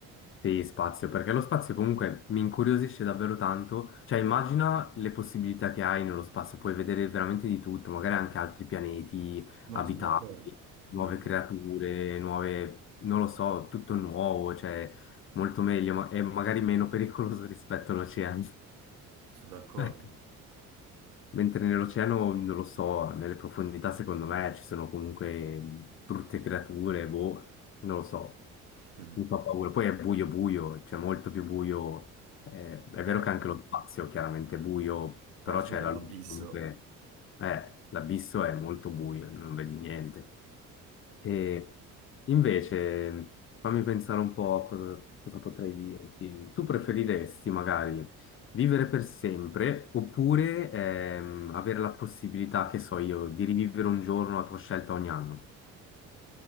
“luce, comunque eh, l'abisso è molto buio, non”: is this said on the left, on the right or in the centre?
Left